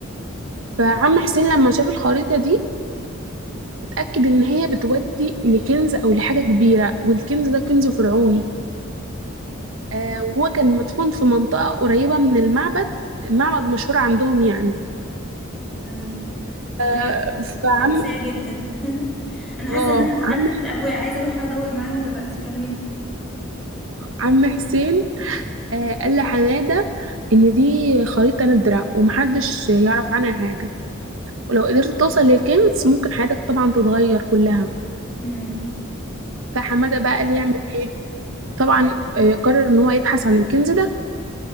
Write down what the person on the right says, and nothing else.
فعم حسين لما شاف الخريطة دي اتأكد إن هي بتودي لكنز أو لحاجة كبيرة والكنز ده كنز فرعوني آه، وهو كان مدفون في منطقة قريبة من المعبد معبد مشهور عندهم يعني
آه،
فعم
اه
عم
عم حسين آه، قال لحمادة إن دي خريطة ندرة ومحدش يعرف عنها حاجة ولو قدرت توصل للكنز ممكن حياتك طبعا تتغير كلها
فحمادة بقى قال يعمل ايه طبعا آه، قرر إن هو يبحث عن الكنز ده